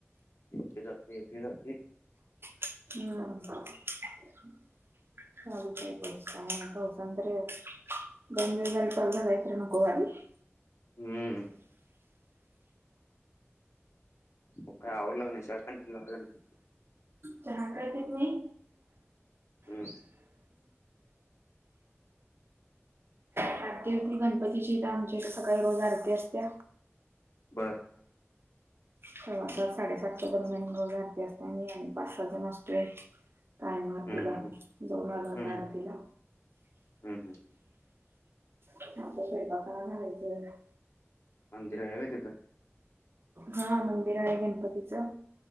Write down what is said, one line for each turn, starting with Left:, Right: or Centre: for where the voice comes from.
Left: येतंय जातंय, येतंय जातंय.
Right: हम्म, <unintelligible> <inaudible>
Left: हम्म. मग काय आवरलं का नाही? चहापाणी ते न झालं का नाही?
Right: चहा काय पीत नाही.
Left: हम्म.
Right: आरती होती गणपतीची त्या म्हणजे सकाळी रोज आरती असत्या.
Left: बरं.
Right: सव्वा सात, साडेसातच्या दरम्यान रोज आरती असतीया, मी आणि पाच सहा जण असत्यात. काय <unintelligible>
Left: हम्म हम्म
Right: जाऊन आलो आता
Left: हम्म
Right: आरतीला.
Left: हम्म हम्म
Right: आता स्वयंपाक करायला घ्यायचंय.
Left: मंदिर हाय व्हय तिथं?
Right: हा, मंदिर आहे गणपतीचं.